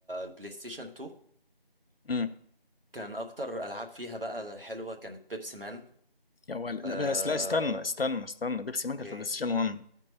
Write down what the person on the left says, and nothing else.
مم.
يا ولد
لا بس لا استنى استنى استنى بيبسي مان كان
في بلاي ستيشن 1